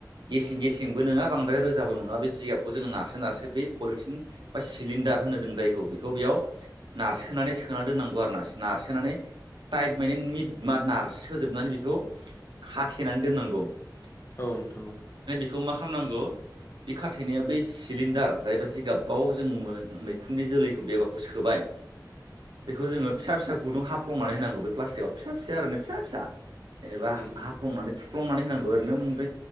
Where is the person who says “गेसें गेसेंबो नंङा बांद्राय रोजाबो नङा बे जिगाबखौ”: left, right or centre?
Right